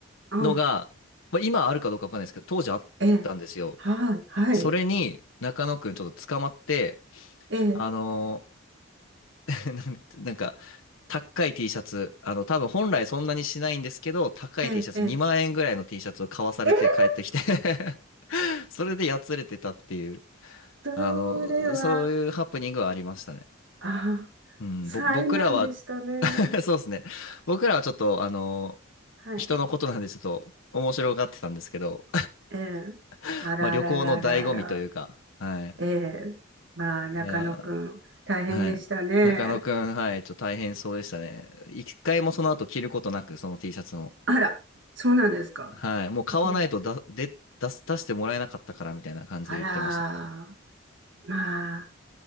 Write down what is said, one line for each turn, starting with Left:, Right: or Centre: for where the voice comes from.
Right: あ、
Left: のが、まあ、今あるかどうかわかんないですけど、当時あったんですよ。
Right: ええ。はい。はい。
Left: それに中野くんちょっと捕まって、
Right: ええ。
Left: あのー <laughs> なんなんか、高い T シャツ、あの、多分本来そんなにしないんですけど、高い
Right: ええ。
Left: T シャツ、
Right: ええ。
Left: 2万円ぐらいの T シャツを買わされて帰ってきて
Right: ええ
Left: <laughs> それでやつれてたっていう、
Right: そ
Left: あの、
Right: れは、
Left: そういうハプニングはありましたね。
Right: あ、
Left: うん、
Right: 災難でしたね。
Left: ぼ、僕らは <laughs> そうですね。僕らはちょっと、あの
Right: はい。
Left: 人のことなんでちょっと面白がってたんですけど、
Right: ええ。
Left: <laughs>
Right: あららららら。
Left: まあ旅行の醍醐味というか、はい。
Right: ええ。まあ、中野くん、
Left: いや
Right: 大変でしたね。
Left: ーはい。中野くん、はい、ちょっと大変そうでしたね。一回もその後着ることなく、その T シャツも。
Right: あら、そうなんですか。
Left: はい。もう買わないとだ、
Right: ええ。
Left: で、出す、出してもらえなかったからみたいな感じで言ってました。
Right: あら、まあ、